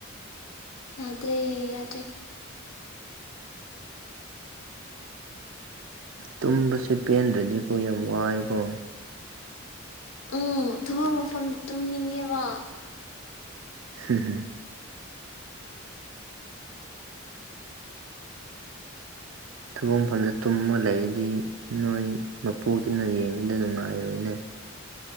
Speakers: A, on the left; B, on the right.
A: ꯌꯥꯗ꯭ꯔꯦ ꯌꯥꯗ꯭ꯔꯦ
B: ꯇꯨꯝꯕꯁꯦ ꯄꯦꯟꯗ꯭ꯔꯗꯤꯀꯣ ꯌꯥꯝ ꯋꯥꯏꯀꯣ
A: ꯎꯝ ꯊꯕꯛ ꯃꯐꯝ ꯇꯨꯝꯅꯤꯡꯉꯦꯕ
B: ꯍꯝ ꯍꯝ ꯊꯕꯛ ꯃꯐꯝꯗ ꯇꯨꯝꯃ ꯂꯩꯔꯗꯤ ꯅꯣꯏ ꯃꯄꯨꯗꯨꯅ ꯌꯦꯡꯕꯗ ꯅꯨꯡꯉꯥꯏꯔꯣꯏꯅꯦ